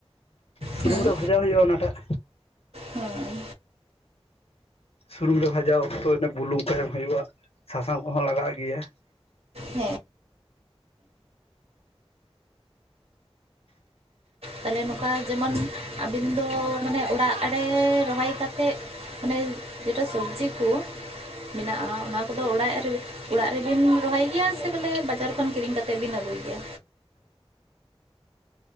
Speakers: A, on the left; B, on the right.
A: ᱥᱩᱱᱩᱢ
B: ᱦᱮᱸ
A: ᱨᱮ ᱵᱷᱟᱡᱟ ᱦᱩᱭᱩᱜᱼᱟ ᱚᱱᱟᱴᱟᱜ᱾
B: ᱦᱮᱸ
A: ᱥᱩᱱᱩᱢ ᱨᱮ ᱵᱷᱟᱡᱟ ᱚᱠᱛᱚ ᱩᱱᱟᱹ ᱵᱩᱞᱩᱝ ᱠᱚ ᱮᱢ ᱦᱩᱭᱩᱜᱼᱟ ᱥᱟᱥᱟᱝ ᱠᱚᱦᱚᱸ ᱞᱟᱜᱟᱜ ᱜᱮᱭᱟ᱾
B: ᱦᱮᱸ ᱛᱟᱦᱚᱞᱮ ᱱᱚᱝᱠᱟ ᱡᱮᱢᱚᱱ ᱟᱹᱵᱤᱱ ᱫᱚ ᱢᱟᱱᱮ ᱚᱲᱟᱜ ᱨᱮ ᱨᱚᱦᱚᱭ ᱠᱟ ᱠᱟᱛᱮᱜ᱾ ᱢᱟᱱᱮ ᱡᱮᱴᱟ ᱥᱚᱵᱽᱡᱤ ᱠᱚ᱾ ᱢᱮᱱᱟᱜᱼᱟ ᱚᱱᱟ ᱠᱚᱫᱚ ᱚᱲᱟᱜ ᱚᱲᱟᱜ ᱨᱮᱵᱤᱱ ᱨᱚᱦᱚᱭ ᱜᱮᱭᱟ ᱥᱮ ᱵᱚᱞᱮ ᱵᱟᱡᱟᱨ ᱠᱷᱚᱱ ᱠᱤᱨᱤᱧ ᱠᱟᱛᱮ ᱛᱮᱵᱤᱱ ᱟᱹᱜᱩᱭ ᱜᱮᱭᱟ᱾